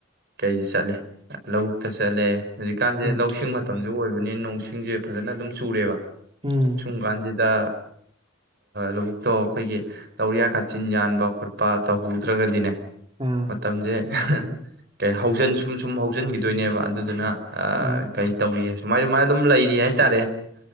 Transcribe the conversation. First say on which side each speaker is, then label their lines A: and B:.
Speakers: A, on the right (about 55°); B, on the right (about 30°).
A: ꯀꯩꯗ ꯆꯠꯂꯦ ꯂꯧꯕꯨꯛꯇ ꯆꯠꯂꯦ ꯍꯧꯖꯤꯛꯀꯥꯟꯁꯦ
B: ꯎꯝ
A: ꯂꯧꯁꯤꯡ ꯃꯇꯝ ꯑꯗꯨ ꯑꯣꯏꯕꯅꯤ ꯅꯣꯡꯁꯤꯡꯁꯦ ꯐꯖꯅ ꯑꯗꯨꯝ ꯆꯨꯔꯦꯕ
B: ꯎꯝ
A: ꯁꯨꯝ ꯀꯥꯟꯖꯤ ꯗ ꯂꯧꯕꯨꯛꯇꯣ ꯑꯩꯈꯣꯏꯒꯤ ꯇꯧꯔꯤꯌꯥ ꯆꯤꯟ ꯌꯥꯟꯕ ꯈꯣꯠꯄ ꯇꯧꯍꯧꯗ꯭ꯔꯒꯗꯤꯅꯦ
B: ꯑꯥ
A: ꯃꯇꯝꯁꯦ ꯀꯩ ꯍꯧꯖꯤꯟ ꯁꯨꯝ ꯁꯨꯝ ꯍꯧ ꯍꯨꯞꯆꯤꯟꯈꯤꯗꯣꯏꯅꯦꯕ ꯑꯗꯨꯗꯨꯅ
B: ꯎꯝ
A: ꯀꯩ ꯇꯧꯏ ꯁꯨꯃꯥꯏ ꯁꯨꯃꯥꯏꯅ ꯑꯗꯨꯝ ꯂꯩꯔꯤ ꯍꯥꯏꯇꯥꯔꯦ